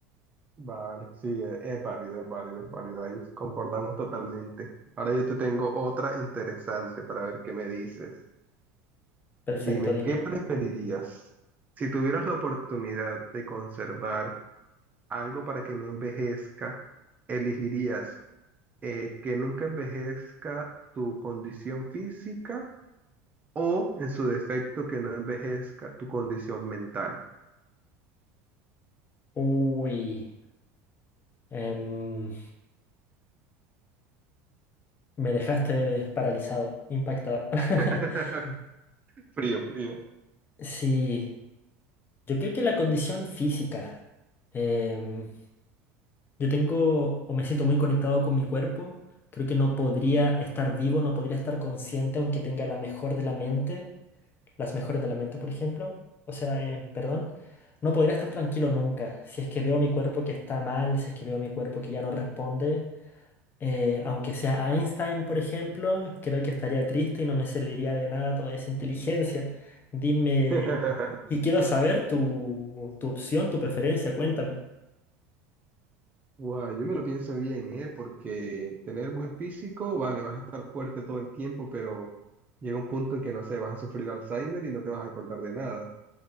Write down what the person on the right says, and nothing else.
Vale, sí, es, es válido, es válido, es válido. Ahí concordamos totalmente. Ahora yo te tengo otra interesante para ver qué me dices.
Dime,
¿qué preferirías? Si tuvieras la oportunidad de conservar algo para que no envejezca, ¿elegirías eh, que nunca envejezca tu condición física o, en su defecto, que no envejezca tu condición mental?
<laughs>
Frío, frío.
<laughs>
Guau, yo me lo pienso bien, ¿eh? Porque tener buen físico, vale, vas a estar fuerte todo el tiempo, pero llega un punto en que, no sé, vas a sufrir Alzheimer y no te vas a acordar de nada.